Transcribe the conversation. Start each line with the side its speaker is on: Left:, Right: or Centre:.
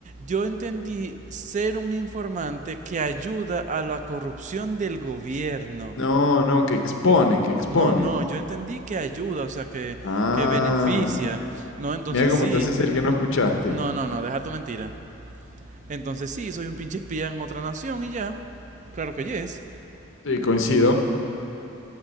Right: yo entendí ser un informante que ayuda a la corrupción del gobierno.
Left: No, no, que expone, que expone.
Right: No, no, yo entendí que ayuda, o sea, que,
Left: Ah.
Right: que beneficia. No, entonces
Left: Mira cómo
Right: sí.
Left: te haces el que no escuchaste.
Right: No, no, no, deja tu mentira. Entonces sí, soy un pinche espía en otra nación y ya. Claro que yes.
Left: Sí, coincido.